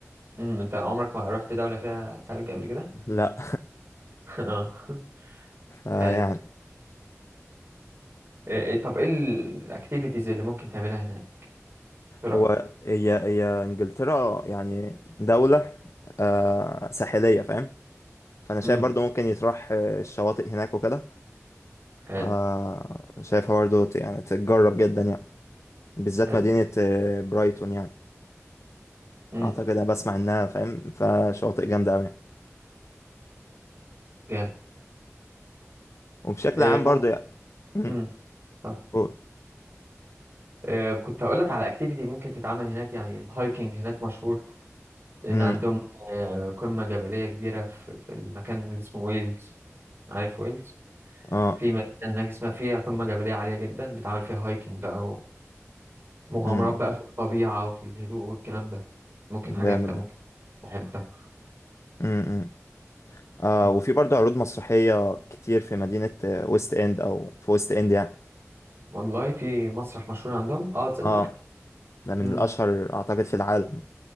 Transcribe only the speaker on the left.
لا
فيعني
هو هي هي انجلترا يعني دولة آه ساحلية فاهم فانا شايف
برضو ممكن يتراح آه، الشواطئ هناك وكده
آه شايفها برضو ت- يعني تتجرب جدا يعني بالذات
مدينة آه، برايتون يعني
اعتقد انا بسمع انها فاهم فشواطئ جامدة اوي
وبشكل
عام
برضو يعني مم.
و-
مم.
اه
مم.
جامد
ده
مم. مم. آه
وفي برضو عروض مسرحية كتير في مدينة آه، ويست اند او في ويست اند يعني
اه ده من
الاشهر اعتقد في العالم